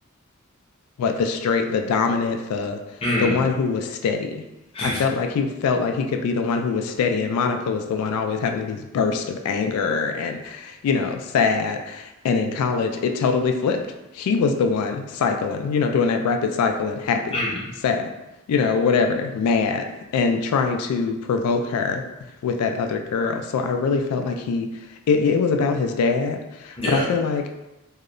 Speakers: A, on the left; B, on the left.
A: what the straight, the dominant, the
B: Mm,
A: the one who was steady.
B: <laughs>
A: I felt like he felt like he could be the one who was steady, and Monica was the one always having these bursts of anger and, you know, sad. And in college, it totally flipped. He was the one cycling, you know, doing that rapid cycling, happy,
B: mm,
A: sad, you know, whatever, mad, and trying to provoke her with that other girl. So I really felt like he, it, it was about his dad,
B: yeah,
A: but I feel like